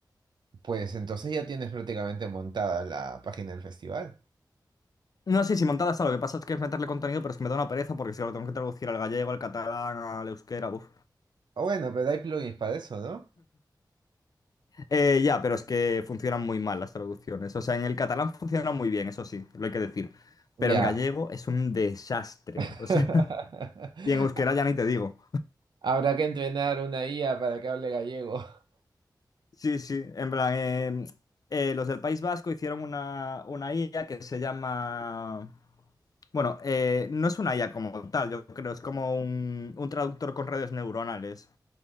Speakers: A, on the right; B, on the left.
A: Pues entonces ya tienes prácticamente montada la página del festival.
B: No sí, si montada está, lo que pasa es que es meterle contenido, pero es que me da una pereza porque si lo tengo que traducir al gallego, al catalán, al euskera, buf.
A: Ah, bueno, pero hay plugins para eso, ¿no?
B: Eh, ya, pero es que funcionan muy mal las traducciones. O sea, en el catalán funciona muy bien, eso sí, lo hay que decir.
A: Ya.
B: Pero en gallego es un desastre.
A: <laughs>
B: O sea, <laughs> y en euskera ya ni te digo.
A: Habrá que entrenar una IA para que hable gallego. <laughs>
B: Sí, sí, en plan, eh, eh, los del País Vasco hicieron una, una IA que se llama, bueno, eh, no es una IA como tal, yo creo, es como un, un traductor con redes neuronales.